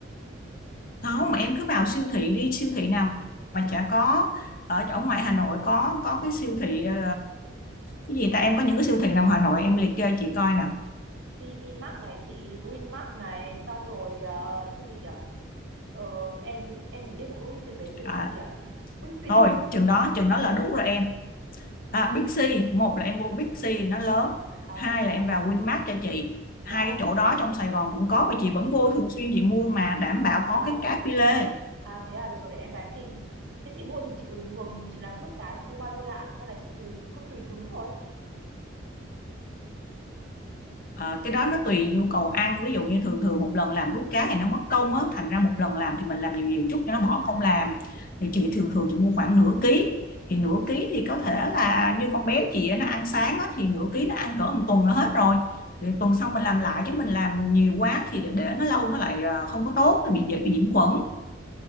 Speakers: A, on the left; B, on the right.
A: không mà em cứ vào siêu thị đi siêu thị nào mà chả có ở chỗ ngoài Hà Nội có có cái siêu thị ờ, cái gì ta em có những cái siêu thị nào Hà Nội em liệt kê chị coi nào
B: PVmart này chị Winmart này xong rồi ờ, cái gì nhỉ ờ, em em chỉ biết mỗi từng đấy
A: à,
B: siêu thị chị ạ <laughs> Bixi
A: thôi chừng đó chừng đó là đủ rồi em à, Big C một là em mua Big C nó lớn
B: à
A: hai là em vào Winmart cho chị hai
B: dạ
A: cái chỗ đó trong Sài Gòn cũng có mà chị vẫn vô thường xuyên chị mua mà đảm bảo
B: à
A: có cái cá phi lê
B: à thế à được rồi để em và em tìm thế chị mua thì chị hứng hứng chị làm giúp cái chị mua bao nhiêu lạng hay là chị ừ, cứ tùy hứng thôi
A: Ờ, cái đó nó tùy nhu cầu ăn ví dụ như thường thường một lần làm đút cá thì nó mất công á thành ra một lần làm thì mình làm nhiều nhiều chút cho nó bỏ công làm thì chị thường thường chị mua khoảng nửa ký thì nửa ký thì có thể là như con bé chị á, nó ăn sáng á, thì nửa ký nó ăn cỡ một tuần là hết rồi thì tuần sau mình làm lại chứ mình làm nhiều quá thì để, để nó lâu nó lại ờ, không có tốt nó bị dễ bị nhiễm khuẩn